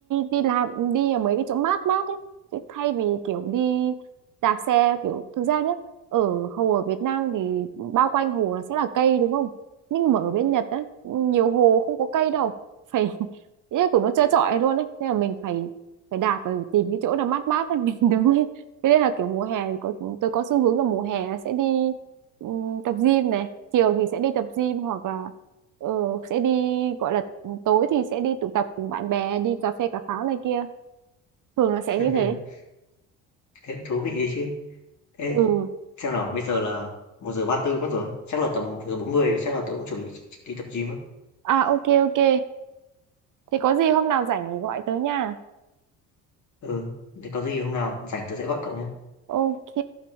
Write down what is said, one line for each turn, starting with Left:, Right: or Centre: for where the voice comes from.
Right: đi làm đi ở mấy cái chỗ mát mát ấy Chứ thay vì kiểu đi đạp xe kiểu thực ra nhá ở hồ ở Việt Nam thì bao quanh hồ là sẽ là cây đúng không nhưng mà ở bên Nhật ấy nhiều hồ không có cây đâu phải <laughs> ý là của nó trơ trọi luôn ấy nên là mình phải phải đạp phải tìm cái chỗ nào mát mát để <laughs> mình đứng Thế nên là kiểu mùa hè thì có tôi có xu hướng là mùa hè sẽ đi ừm, tập gym này, chiều thì sẽ đi tập gym hoặc là ờ, sẽ đi gọi là tối thì sẽ đi tụ tập cùng bạn bè đi cà phê cà pháo này kia. Thường là sẽ
Left: <laughs>
Right: như thế.
Left: Thế cũng thú vị đấy chứ. Ê,
Right: Ừ.
Left: xem nào, bây giờ là một giờ 34 mất rồi. Chắc là tầm 1 giờ bốn mươi chắc là tớ cũng chuẩn bị đi tập gym á.
Right: À ok ok. Thế có gì hôm nào rảnh thì gọi tới nha.
Left: Ừ, thế có gì hôm nào rảnh tớ sẽ gọi cậu nhé.
Right: Ok.